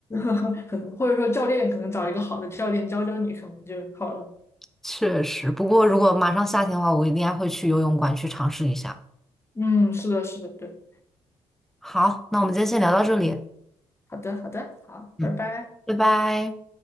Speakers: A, on the left; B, in the centre.
A: <laughs> 可能或者说教练可能找一个好的教练教教你，可能就好了。
B: 确实。不过如果马上夏天的话，我应该会去游泳馆去尝试一下。
A: 嗯，是的，是的，对，
B: 好，那我们今天先聊到这里，
A: 好的，好的，好，
B: 嗯，
A: 拜拜。
B: 拜拜。